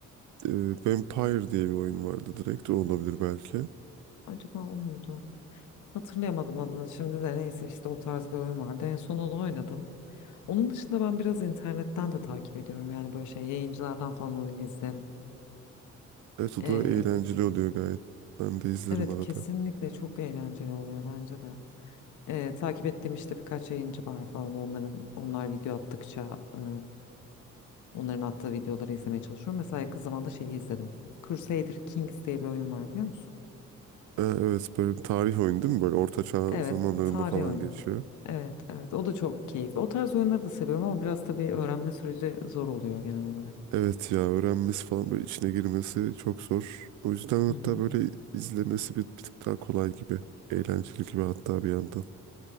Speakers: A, on the right (about 75°); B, on the left (about 75°).
A: Ee, Vampire diye bir oyun vardı direkt. O olabilir belki.
B: Acaba o muydu? Hatırlayamadım adını şimdi de neyse işte o tarz bir oyun vardı. En son onu oynadım. Onun dışında ben biraz internetten de takip ediyorum. Yani böyle şey yayıncılardan falan oyun izlerim.
A: Evet o
B: Ee,
A: da eğlenceli oluyor gayet. Ben de izlerim
B: evet
A: arada.
B: kesinlikle çok eğlenceli oluyor bence de. Ee, takip ettiğim işte birkaç yayıncı var falan. Onların onlar video attıkça e, onların attığı videoları izlemeye çalışıyorum. Mesela yakın zamanda şeyi izledim. Crusader Kings diye bir oyun var biliyor musun?
A: Ee, evet böyle bir tarih oyunu değil mi? Böyle orta çağ
B: Evet,
A: zamanlarında
B: tarih
A: falan
B: oyunu.
A: geçiyor.
B: Evet, evet. O da çok keyifli. O tarz oyunları da seviyorum ama biraz tabii öğrenme süreci zor oluyor genel olarak.
A: Evet ya öğrenmesi falan böyle içine girmesi çok zor. O yüzden hatta
B: Hı hı.
A: böyle izlemesi bir, bir tık daha kolay gibi. Eğlenceli gibi hatta bir yandan. <laughs>